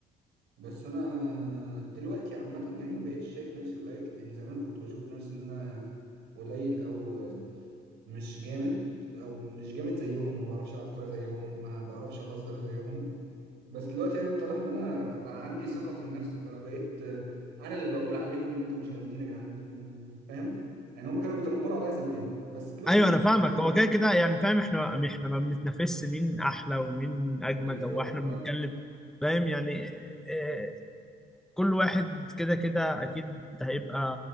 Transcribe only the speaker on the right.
بس انا دلوقتي عامه يعني مبقتش شايف نفسي قليل يعني زمان كنت بشوف نفسي ان انا قليل او مش جامد او مش جامد زيهم ما بعرفش العب كوره زيهم ما بعرفش اهزر زيهم بس دلوقتي يعني اتضح ان انا بقى عندي ثقه في النفس فبقيت انا اللي بقول عليهم ان انتوا مش جامدين يا جدعان انتوا فاهم يعني هم كانوا بيتنمروا عليا زمان بس دلوقتي
انا بقيت
بتنمر
عليهم
بالظبط
اه